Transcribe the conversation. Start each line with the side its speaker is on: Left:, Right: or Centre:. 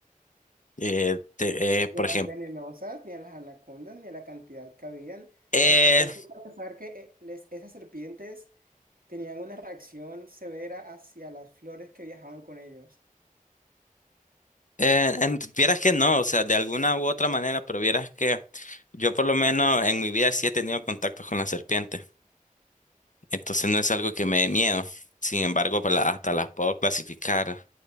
Left: Eh, te- eh, por
Right: Ni a las
Left: ejemplo,
Right: venenosas, ni a las anacondas, ni a la cantidad que habían.
Left: eh,
Right: En especial por pensar que eh, les- esas serpientes tenían una reacción severa hacia las flores que viajaban con ellos.
Left: eh, en- vieras que no, o sea, de alguna u otra manera, pero vieras que yo por lo menos en mi vida sí he tenido contactos con la serpiente. Entonces no es algo que me dé miedo. Sin embargo, pues, la- hasta las puedo clasificar